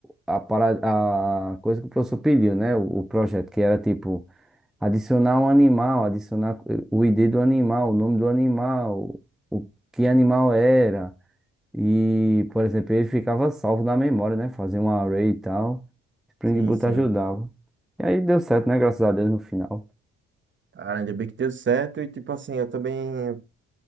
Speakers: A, in the centre; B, on the right.
A: a, para- a coisa que o professor pediu, né? O, o projeto, que era tipo adicionar um animal, adicionar o ID do animal, o nome do animal, o que animal era. E, por exemplo, ele ficava salvo na memória, né? Fazia um array e tal. Spring
B: Sim,
A: Boot
B: sim.
A: ajudava. E aí deu certo, né? Graças a Deus no final.
B: Cara, ainda bem que deu certo. E tipo assim, eu também